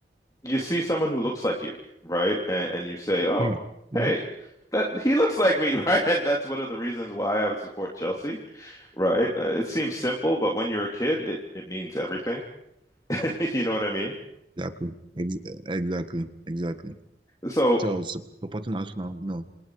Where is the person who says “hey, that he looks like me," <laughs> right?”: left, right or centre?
Left